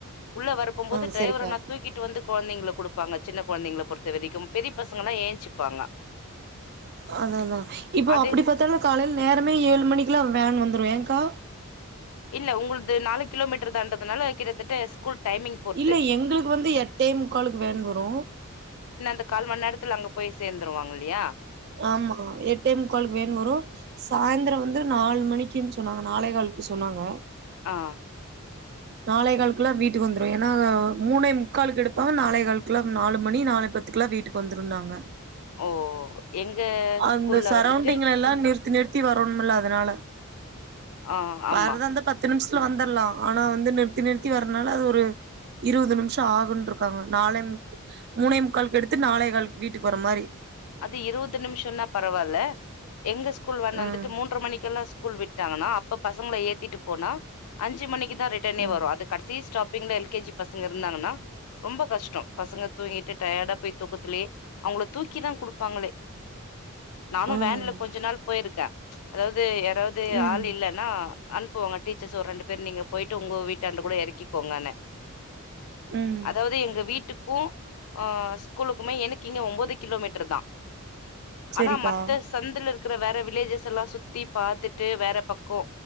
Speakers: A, on the left (about 80°); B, on the right (about 45°).
A: உள்ள வரப்பபோது
B: ஆ
A: டிரைவர்
B: சரிக்கா
A: ட்டு வந்து குழந்தைங்களை குடுப்பாங்க சின்ன குழந்தைங்களை பொறுத்த வரைக்கும் பெரிய பசங்கல்லாம் ஏஞ்சிப்பாங்க
B: ஆ அதா அதா இப்போ
A: அது
B: அப்புடி பாத்தாலும் காலையில் நேரமே ஏழு மணிக்குலா வேன் வந் துரு ஏங்க்கா
A: இல்ல உங்குள்து நாலு கிலோமீட்டர் தாண்ட்றதுனால கிட்டத்தட்ட ஸ்கூல் டைமிங் பொறுத்து.
B: இல்லே எங்குளுக் வந்து எட்டே முக்காளுக்கு வேன் வரோ
A: த கால் மண் நேரத்துல அங்க போயி சேந்துருவாங்கில்லியா
B: ஆமா எட்டே முக்காலுக்கு வேன் வரூ சாயிந்தர வந்து நால் மணி கின் சொன்னாங்கே நாலேகால்க்கு சொன்னாங்கே
A: ஆ
B: நாலே கால்க்குல்லா வீட்டுக் வந்துரோ ஏனா மூணே முக்காலுக்கு எடுப்பாங்கே நாலே கால்குல்லா நாலு மணி நாலே பத்துக்கலா வீட்டுக் வந்துருன் நாங்கே
A: ஓ எங்க ஸ்கூல்ல
B: அந்த சரவுண்டிங்லே
A: வந்துட்டு
B: எல்லா நிற் தி நிறுத்தி வரோண்ணும்ல்லே அதுனாலே
A: ஆ ஆமா
B: வர்தாந்தா பத்து நிமிஷ் வந்தர்லா ஆனா வந்து நிறுத்தி நிறுத்தி வரனால அது ஒரு இருபது நிம்ஷ ஆகுனு இருக்காங்க நாளே மூணே முக்காலக்கு எடுத்து நாளே கால் வீட்டுக்கு வற மாரி
A: அது இருவுது நிம்ஷம்னா பரவால்ல எங்க கூல் வேன் வந்துட்டூ
B: ம்
A: மூண்டற மணிக்கெல்லா ஸ் ஸ்கூல் விட்டாங்கன்னா அப்ப பசங்கள ஏத்திட்டு போனா அஞ்சு மணிக்கு தா ரிட்டனே
B: ம்
A: வரோ அது கட்சீ ஸ்டாப் பிங்லே எல் கே ஜி பசங்க இருந்தாங்கனா ரொம்போ கஷ்டோ பசங்க தூங்கிட்டூ டயர்டா போயி தூக்கத்துலயே அவுங்கள தூக்கி கி தா குடுப்பாங்களே நானு
B: ம்
A: வேன்ல கொஞ்ச நாள் போயிருக்கே அதாவ்து அது யாராவ்து
B: ம்
A: ஆள் இல்லனா அன்ப்போங்க டீச்சர்ஸ் ஒர் ரெண்டு பேர் நீங்க போயிட்டு உங்கு வீட் டாண்டே கூட எறக்கிக்கோங்கேனே
B: ம்
A: அதாவ்து எங்க வீட்டுக்கு அ ஸ்கூலுக்குமே எனக்கிங்க ஒம்போதிக் கிலோமீட்ரு தா
B: செரிக்கா
A: ஆனா மத்த சந்துல இருக் க்கிற வேற வில்லேஜஸ் எல்லா சுத்தி பாத்துட்டூ வேற பக்கோ